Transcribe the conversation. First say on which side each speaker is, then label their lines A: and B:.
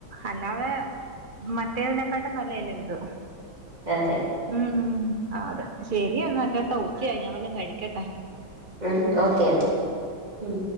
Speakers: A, on the right; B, on the right.
A: അല്ലാതെ മറ്റേതിനെക്കാട്ടും നല്ല അല്ലേ ഇത്
B: അതെ
A: ഉം അതെ ശെരി എന്നാ കേട്ടോ ഉച്ചയായി ഞാൻ വല്ലോം കഴിക്കട്ട
B: ഉം ഓക്കേ എന്നാ